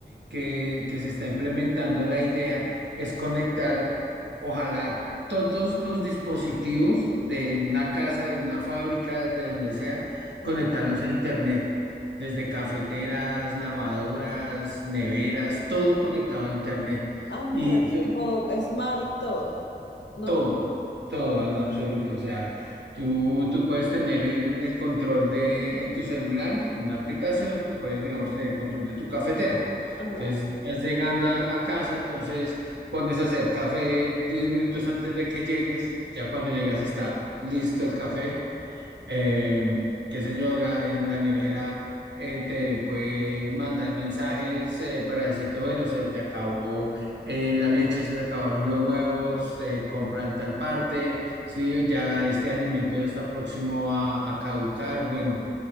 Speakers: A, on the right; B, on the left.
A: que, que se está implementando la idea es conectar, ojalá, todos los dispositivos de una casa, de una fábrica, de donde sea, conectarlos
B: Ajá.
A: a Internet, desde cafeteras, lavadoras, neveras, todo conectado a Internet.
B: Ah, mira,
A: Y
B: tipo smart todo, ¿no?
A: todo, todo en absoluto. O sea, tú, tú puedes tener el, el control de en tu celular, en una aplicación, tú puedes, digamos, tener el control de tu cafetera.
B: Ajá.
A: Entonces, estás llegando a, a casa, entonces pones a hacer café 10 minutos antes de que llegues. Ya cuando llegas está listo el café eh, qué sé yo, la, en la nevera eh, te puede mandar mensajes eh, para decirte, bueno, se te acabó eh, la leche, se te acabaron los huevos, eh, compra en tal parte, sí, ya este alimento ya está próximo a, a caducar, bueno,